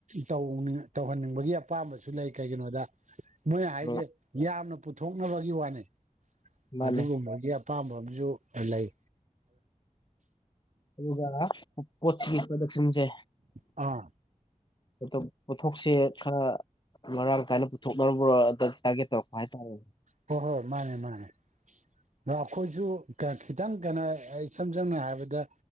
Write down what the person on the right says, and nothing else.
ꯇꯧꯅꯤꯡ ꯇꯧꯍꯟꯅꯤꯡꯕꯒꯤ ꯑꯄꯥꯝꯕꯁꯨ ꯂꯩ ꯀꯩꯒꯤꯅꯣꯗ ꯃꯣꯏꯅ ꯍꯥꯏꯁꯦ
ꯌꯥꯝꯅ ꯄꯨꯊꯣꯛꯅꯕꯒꯤ ꯋꯥꯅꯤ
ꯑꯗꯨꯒꯨꯝꯕꯒꯤ ꯑꯄꯥꯝꯕ ꯑꯃꯁꯨ ꯂꯩ
ꯑꯥ
ꯍꯣꯏ ꯍꯣꯏ ꯃꯥꯅꯦ ꯃꯥꯅꯦ ꯑꯗ ꯑꯩꯈꯣꯏꯁꯨ ꯈꯤꯇꯪ ꯀꯩꯅꯣ ꯏꯁꯝ ꯁꯝꯅ ꯍꯥꯏꯔꯕꯗ